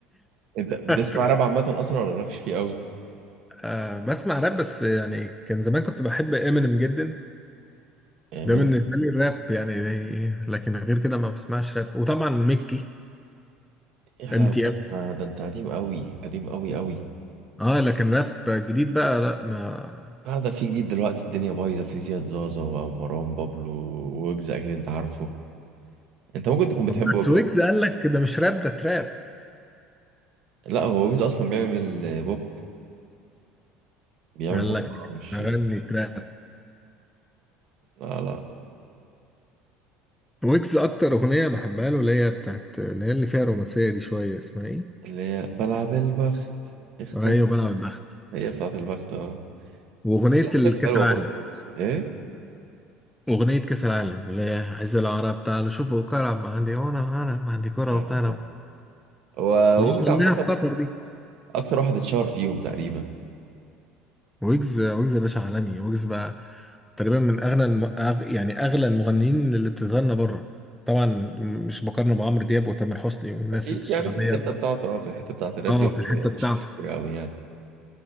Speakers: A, on the right (about 55°); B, in the centre.
A: انت بتسمع
B: <laughs>
A: راب عامه اصلا ولا مالكش فيه قوي
B: آه، بسمع راب بس يعني كان زمان كنت بحب امينيم جدا
A: يعني
B: ده
A: من
B: بالنسبه لي الراب يعني لكن غير كده ما بسمعش راب وطبعا ميكي
A: يا
B: ام
A: لهوي
B: تي
A: ده
B: ام
A: انت ده انت قديم قوي قديم قوي قوي
B: اه لكن راب جديد بقى لا ما
A: لا ده في جديد دلوقتي الدنيا بايظه في زياد زازا ومروان بابلو وويجز اكيد انت عارفه انت ممكن تكون بتحب
B: طب بس
A: ويجز
B: ويجز قال لك ده مش راب ده تراب
A: لا هو ويجز اصلا بيعمل بوب بيعمل
B: قال
A: بوب
B: لك
A: مش
B: اغني تراب
A: لا لا
B: ويجز اكتر اغنيه بحبها له اللي هي بتاعت اللي هي اللي فيها رومانسيه دي شويه اسمها ايه؟
A: اللي هي بلعب البخت اختر
B: ايوه بلعب البخت
A: هي بتاعت البخت اه
B: واغنيه
A: بس ليها
B: الكاس
A: حاجات حلوه
B: العالم
A: برضه ويجز ايه
B: أغنية كأس العالم اللي هي عز العرب تعالوا شوفوا كرة ما عندي هنا أنا ما عندي كرة
A: آه.
B: وبتاع
A: هو
B: اللي
A: ويجز
B: هي
A: عامه
B: غناها في قطر دي
A: اكتر واحد اتشهر فيهم تقريبا
B: ويجز ويجز يا باشا عالمي ويجز بقى تقريبا من أغنى الم... أغ... يعني أغلى المغنيين اللي بتتغنى بره طبعا مش بقارنه بعمرو دياب وتامر حسني والناس
A: اكيد
B: الشعبية
A: يعني في الحته بتاعته اه في الحته بتاعت الراب
B: اه
A: دي هو
B: في الحتة
A: يعني
B: بتاعته
A: مش كتير قوي يعني